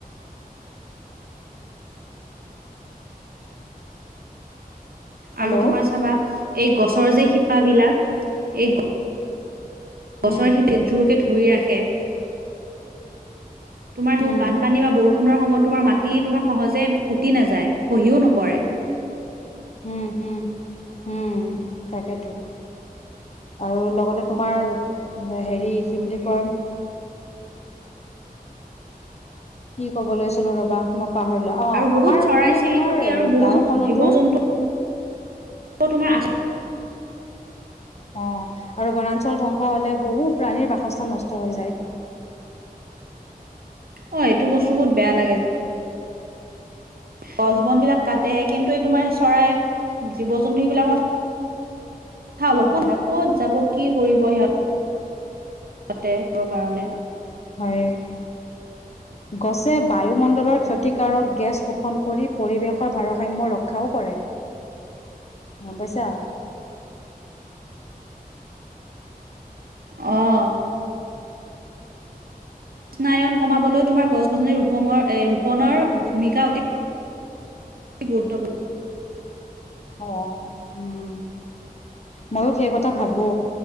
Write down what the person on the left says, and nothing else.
হেল্ল'
উম
উম
উম, হম, উম, তাকেইেটো। আৰু লগতে তোমাৰ হেৰি কি বুলি কয়? কি ক'ব লৈছিলো ৰবা মই পাহৰিলো। অ'
আমাৰ
মানে
তোমাৰ
গাঁওখনতো
অ' আৰু বনাঞ্চল ধ্বংস হলে বহু প্ৰাণীৰ বাসস্থান নষ্ট হৈ যায়।
হয়। গছে বায়ুমণ্ডলৰ ক্ষতিকাৰক গেছ শোষণ কৰি পৰিৱেশৰ ভাৰসাম্য ৰক্ষা অ' কৰে।
গম পাইছা।
অ' উম, ময়ো সেই কথা ভাবো।